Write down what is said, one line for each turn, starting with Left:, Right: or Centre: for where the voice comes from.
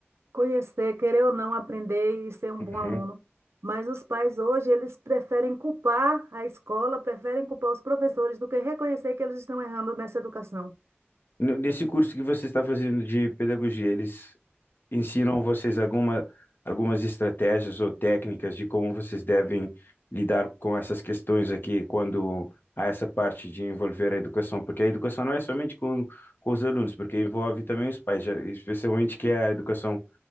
Right: conhecer, querer ou não aprender e ser um bom
Left: Uhum.
Right: aluno. Mas os pais hoje, eles preferem culpar a escola, preferem culpar os professores do que reconhecer que eles estão errando nessa educação.
Left: N- Nesse curso que você está fazendo de pedagogia, eles ensinam vocês alguma, algumas estratégias ou técnicas de como vocês devem lidar com essas questões aqui quando há essa parte de envolver a educação, porque a educação não é somente com, com os alunos, porque envolve também os pais, já- especialmente que é a educação,